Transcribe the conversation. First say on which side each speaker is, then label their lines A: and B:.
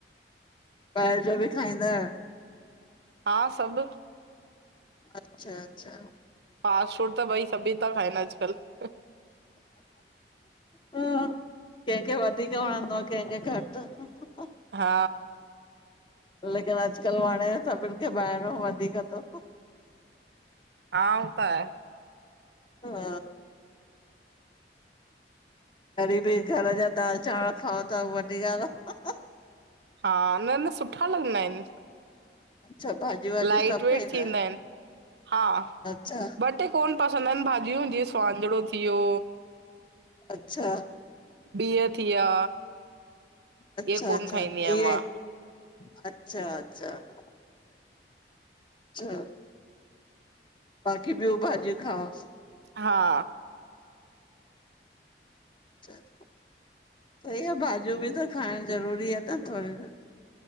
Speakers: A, on the left; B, on the right.
A: ॿाहिर जो बि खाईंदा।
B: हा सभु।
A: अच्छा- अच्छा,
B: फास्ट फूड त भई सभी था खाइनि अॼुकल्ह।
A: ह कंहिंखे वधीक वणंदो आहे कंहिंखे घटि।
B: हा
A: लेकिन अॼकल्ह वणे सभिनि खे ॿाहिरो वधीक थो।
B: हा उ त आहे
A: हा वरी बि घर जा दाल चांवर खाओ था वॾी ॻाल्हि आहे।
B: हा न न सुठा लॻंदा आहिनि।
A: अच्छा <unintelligible>
B: लाइट
A: सभु
B: वेट
A: खाईंदा
B: थींदा
A: आहियो?
B: आहिनि हा
A: अच्छा
B: ॿ ट। कोन पसंदि आहिनि भाॼियूं जीअं सुवाझड़ो थी वियो।
A: अच्छा,
B: बिह थी विया।
A: अच्छा
B: इहे कोन
A: -अच्छा
B: खाईंदी आहियां
A: इए
B: मां
A: अच्छा -अच्छा। छ बाक़ी ॿियूं भाॼियूं खावस।
B: हा,
A: सही आहे भाॼियूं बि त खाइण ज़रूरी आहे त थोरी त।